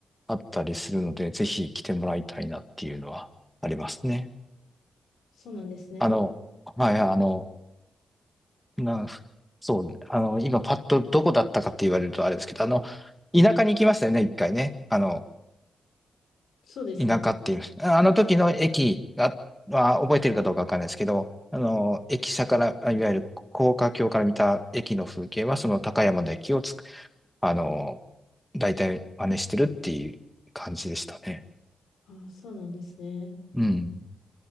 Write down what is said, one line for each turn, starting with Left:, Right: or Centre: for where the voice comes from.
Centre: あったりするので、ぜひ来てもらいたいなっていうのはありますね。
Left: そうなんですね。
Centre: あの、はい、あの、な、そう、あの、今パッとどこだったかって言われるとあれですけど、あの、田舎に行きましたよね、一回ね。あの、
Left: そうですね。
Centre: 田舎っていう、ああの時の駅が、は覚えてるかどうかわかんないですけど、あの、駅舎から、あいわゆる高架橋から見た駅の風景は、その高山の駅をつく、あの、大体真似してるっていう感じでしたね。
Left: あ、そうなんですね。
Centre: うん。